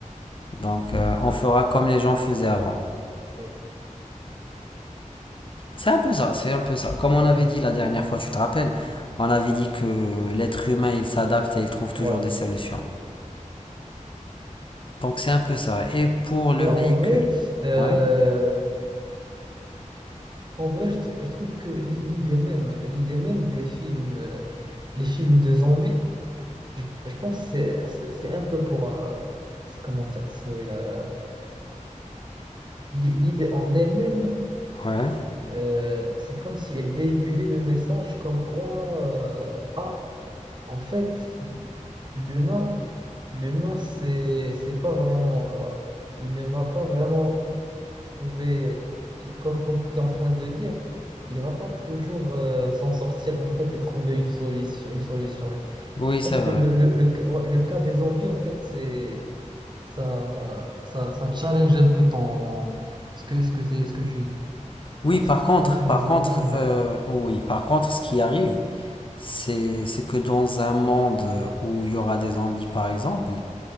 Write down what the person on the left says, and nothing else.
Donc, euh, on fera comme les gens faisaient avant.
C'est un peu ça, c'est un peu ça.
Comme on avait dit la dernière fois, tu te rappelles, on avait dit que l'être humain, il s'adapte et il trouve toujours
des solutions. Donc c'est un peu ça. Et pour le
véhicule.
Ouais,
ouais.
Oui,
c'est
vrai.
Oui,
par
contre,
par
contre,
euh, oui, par contre, ce qui arrive, c'est, c'est que dans un monde où il y aura des zombies, par exemple,